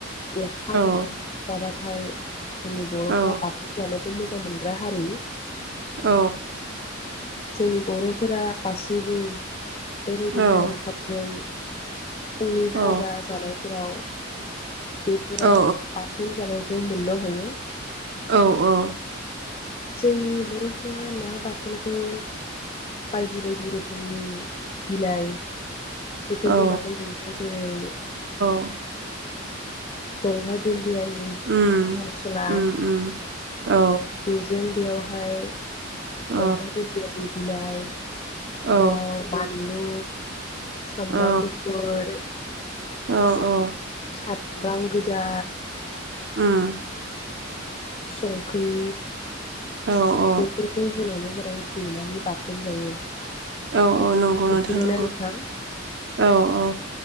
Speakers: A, on the left (about 30°); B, on the right (about 60°).
A: ओंखाम
B: औ
A: जाबा ओमफाय जोंनि बर'फ्रा
B: औ
A: बाथोन जालोब बेखौ मोजां मोनग्रा हारि।
B: औ।
A: जोंनि बर'फोरा गासैबो बेबायदिहाय
B: औ
A: ओंखामजों गावनि खाजा
B: औ
A: जानायफोराव बेफोराव
B: औ
A: बा थोन जानायखौ मोननो हायो।
B: औ औ।
A: जोंनि बर'फोरा ना बाथोनखौ बायदि बायदि रोखोमनि बिलाइ बेफोरजों
B: औ
A: बाथोन जायो। ओ जेरै उम
B: औ
A: दंहा दोन बियानि मस
B: उम
A: एखम्बा
B: उम उम औ
A: बेजों बेयावहाय
B: अ
A: गंगार दुनदियानि बिलाइ
B: औ
A: बेयाव बानलु, सामब्राम
B: औ
A: गुफुर,
B: औ औ
A: सामब्राम गोजा,
B: उम
A: संख्रि
B: औ औ
A: बेफोरखौ होनानै राय देनानै बाथोन जायो।
B: औ औ नंगौ नोंथां
A: मिथिबायना
B: नंगौ
A: नोंथां
B: औ औ।